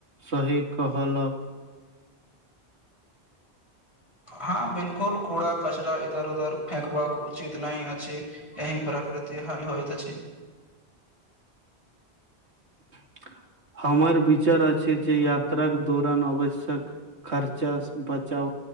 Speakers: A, on the right; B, on the left.
A: सही कहल
B: हँ, बिलकुल कूड़ा कचराा इधर उधर फेकबाक उचित नहि अछि एहि प्र आकृति हानि होइत अछि।
A: <inaudible> हमर विचार अछि। जे यात्राक दौरान आवश्यक खर्चा बचा